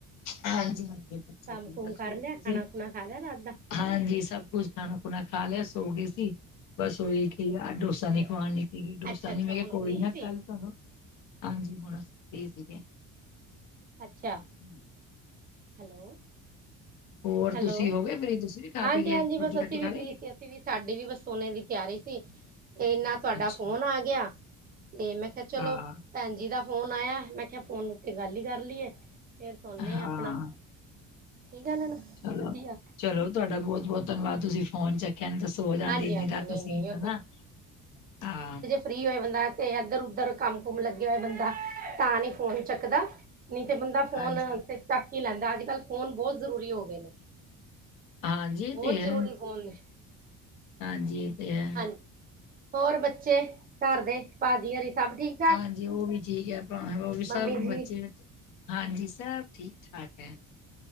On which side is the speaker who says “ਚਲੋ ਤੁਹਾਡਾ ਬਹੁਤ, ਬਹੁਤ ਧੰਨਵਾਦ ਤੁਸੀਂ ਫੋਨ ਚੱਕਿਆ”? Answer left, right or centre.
Left